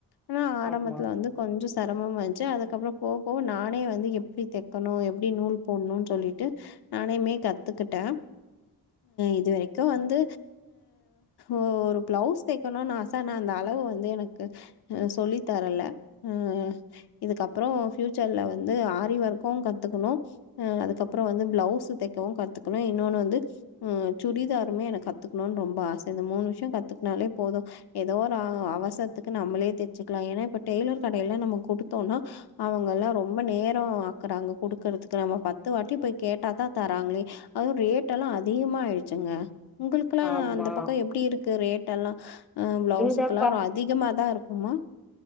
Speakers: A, on the left; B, in the centre.
A: ஆனா ஆரம்பத்துல
B: ஆமா
A: வந்து கொஞ்சோ சிரமம் வன்சு அதுக்கப்புற போக போக நானே வந்து எப்டி தெ க்கணும் எப்டி நூல் போடணும்னு சொல்லிட்டு நானுமே கத்துக்கிட்டே இதுவரைக்கு வந்து ஒரு பிளவுஸ் தேக்கணும்னு ஆச நா அந்த அளவு வந்து எனக்கு சொல்லி தரல ம்ம் இதுக்கப்புறம் பியூச்சர்ல வந்து ஆரிவொர்க் க்கும் கத்துக்கணு அஹ் அதுக்கப்புற வந்து பிளவுஸ் தைக்கவு கத்துக்கணு இன்னொன்னு வந்து சுடிதாருமே எனக்கு கத்துக்கணும்னு ரொம்ப ஆச இந்த மூணு விஷயம் கத்துக்கனாலே போதும் ஏதோ ஒரு அவசரத்துக்கு நம்மளே தச்சுக்கலா ஏன்னா இப்ப டெய்லர் கடையெல்லா நம்ம குடுத்தோம்னா அவங்க எல்லா ரொம்ப நேரம் ஆக் குதாங்க குடுக்கறதுக்கு நம்ம பத்து வாட்டி போய் கேட்டா தா தராங்களே ரேட் எல்லா அதி அதிகமா ஆயிடுச்சுங்க உங்களுக்கெல்லா
B: ஆமா
A: அந்தப்பக்கம் எப்டி இருக்கு ரேட் எல்லா ப்ளவுகுகெல்லா
B: இந்த பக்
A: அதிகமாக தா இருக்கு குமா